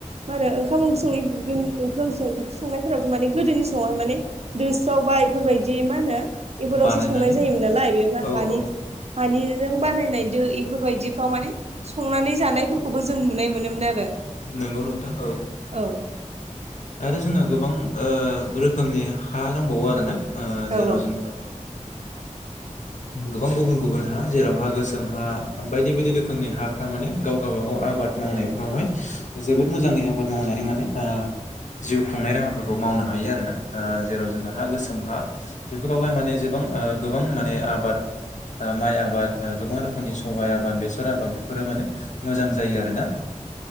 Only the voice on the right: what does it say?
मा होनो ओंखाम ओंख स ओंखाम संनायफोरावथ' माने गोदोनि समावहाय माने दोसोआव सबा इफोरबायदि मा होनो इफोरावसो
संनाय जायोमोन नालाय बेफोर
हानि
हानिजों बानायनाय दो इफोरबायदिफ्राव माने संनानै जानायफोरखौबो जों नुनाय मोनोमोन आरो
औ
औ